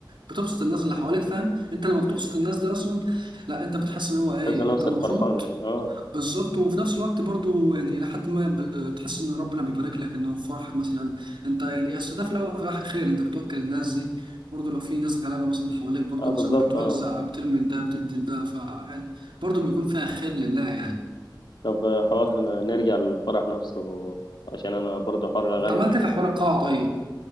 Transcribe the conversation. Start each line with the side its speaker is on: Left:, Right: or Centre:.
Right: بتبسط الناس اللي حواليك فاهم انت لما بتبسط الناس دي اصلا لا انت بتحس ان هو ايه
Left: تحس نفسك
Right: انت مبسوط
Left: فرحان يعني اه
Right: بالظبط وفي نفس الوقت برضو يعني لحد ما بتحس ان ربنا بيبارك لك انه في فرحك مثلا انت يعني اصل ده في الاول وفي الاخر خير انت بتوكل الناس دي برضه لو في ناس غلابه مثلا حواليك برضه
Left: اه
Right: مثلا
Left: بالظبط
Right: بتوزع
Left: اه
Right: بترمي لده بتدي لده ف يعني برضه بيكون فيها خير لله يعني
Left: طب حوار نرجع للفرح نفسه عشان انا برضو حوار الاغاني
Right: انت عملت
Left: ده
Right: إيه في حوار القاعه طيب